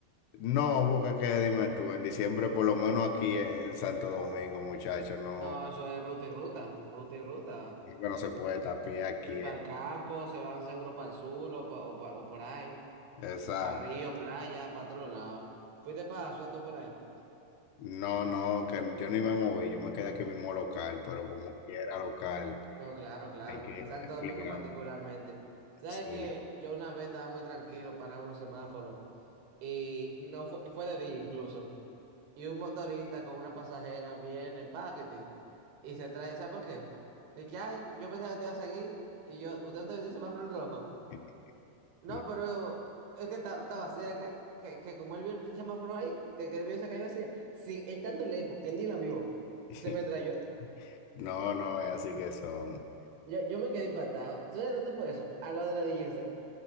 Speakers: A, on the left (about 80°); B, on the right (about 70°).
A: No, porque qué, dime tú, en diciembre, por lo menos aquí en Santo Domingo, muchachos, no.
B: No, eso es ruta y ruta, ruta y ruta.
A: Creo que no se puede estar a pie aquí.
B: Y para
A: eh.
B: el campo, se van seguro para el sur o, pa- o pa- o por ahí.
A: Esa,
B: Para río, playa, para todos lados. ¿Fuiste para Azua tú por ahí?
A: no, no, que yo ni me moví, yo me quedé aquí mismo local, pero como quiera local,
B: No, claro, claro.
A: hay que
B: Santo Domingo
A: obligarme.
B: particularmente. Tú ¿Sabes
A: Sí.
B: que yo una vez estaba muy tranquilo para un semáforo y no fue, fue de día incluso. Y un motorista con una pasajera viene, paquete, y se trae, ¿sabes por qué? De que, ay, yo pensaba que te iba a seguir y yo, ¿usted no te vio el semáforo en rojo?
A: <laughs>
B: No,
A: No,
B: pero es que está está vacía la calle, que, que como él vio el semáforo ahí, que, que él vio esa calle vacía, sí, él estando lejos, que él ni la vio,
A: <laughs>
B: se me trayó.
A: no, no, es así que son.
B: Yo, yo me quedé impactado. ¿Tú sabes dónde fue eso? Al lado de la DGC.